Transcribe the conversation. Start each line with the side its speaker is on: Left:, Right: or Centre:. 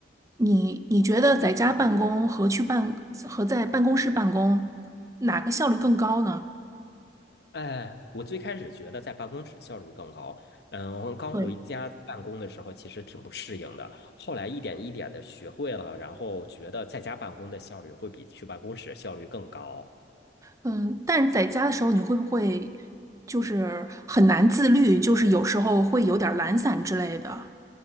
Right: 你你觉得在家办公和去办和在办公室办公，哪个效率更高呢？
Left: 哎，我最开始觉得在办公室效率更高，嗯，我刚回家办公的时候其实挺不适应的，
Right: 对，
Left: 后来一点一点的学会了，然后觉得在家办公的效率会比去办公室效率更高。
Right: 嗯，但是在家的时候，你会不会就是很难自律，就是有时候会有点儿懒散之类的，